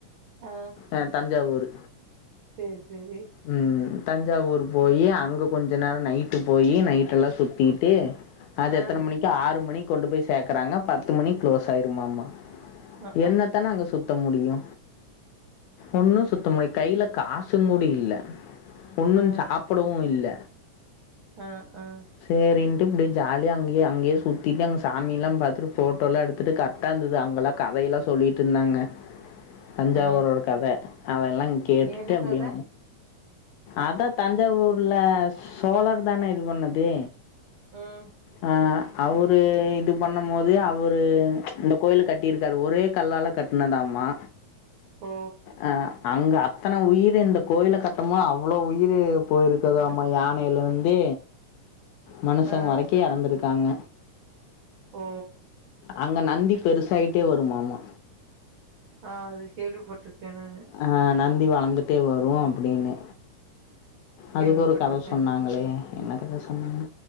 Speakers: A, on the right; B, on the left.
A: ஆ
B: ஆ தஞ்சாவூரு
A: சேர் செரி
B: ம் தஞ்சாவூரு போயி அங்க கொஞ்ச நேரோ நைட் டு போயி நைட்டெல்லா சுத்திட்டு அது
A: ஆ
B: எத்தன மணிக் கு ஆறு மணிக்கு கொண்டு போய் சேக்கறாங்க பத்து மணிக்கு க்ளோஸ் ஆயிருமாமா
A: ஆ
B: என்னத்த
A: ஆ
B: நாங்க சுத்த முடியு ஒன்னு சுத்த முடில கைல காசுங் கூட இல்ல ஒண்ணுஞ்
A: ஆ
B: சாப்புடவு இல்ல
A: ஆ ஆ
B: சேரின்ட்டு இப்டி ஜாலியா அங்கயே அங்கயே சுத்திட்டு அங்க சாமிலா பாத்துட்டு ஃபோட்டோலா எடுத்துட்டு கர்ட்டா இருந்துது அங்கலா கதைலா சொல்லிட்ருந்தாங்க தஞ்சாவூரோட
A: ஆ
B: கத அதெல்லா கேட்டுட்டு
A: என்ன
B: அப்டியே
A: கத
B: அதா தஞ்சாவூர்ல சோழர் தான இது பண்ணது
A: ம்
B: அ அவரு இது பண்ணம்போது அவரு இந்த கோயிலு கட் டிருக்காரு ஒரே கல்லால கட்னதாமா
A: ஓ
B: அ அங்க அத்தன உயிரு இந்த கோயில கட்டமோ அவ்ளோ உயிரு போயிருக் குதாம்மா யானைலருந்து மனுஷங்க
A: ஆ
B: வரைக்கு எறந்திருக்காங்க
A: ஓ
B: அங்க நந்தி பெருசாய்ட்டே வருமாமா
A: ஆ அது கேள்விப்பட்ருக்கே நானு
B: ஆ நந்தி வளந்துட்டே வரு அப்டின்னு அதுக்கொரு
A: கேள்விப்பட்டிருக்கே
B: கத சொன்னாங்ளே என்ன கத சொன்னாங்